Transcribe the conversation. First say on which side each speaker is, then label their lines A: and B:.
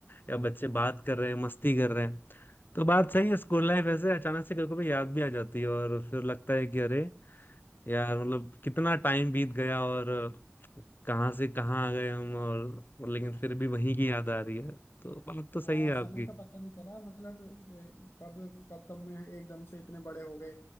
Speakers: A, on the left; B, on the left.
A: या बच्चे बात कर रहे हैं मस्ती कर रहे हैं तो बात सही है स्कूल लाइफ ऐसे अचानक से कभी कभी याद भी आ जाती है और फिर लगता है कि अरे यार मतलब कितना टाइम बीत गया और अ, कहाँ से कहाँ आ गए हम और लेकिन फिर भी वहीं की याद आ रही है तो बात तो सही
B: हाँ
A: है
B: समय
A: आपकी
B: का पता नहीं चला मतलब ए, कब कब कब में एकदम से इतने बड़े हो गए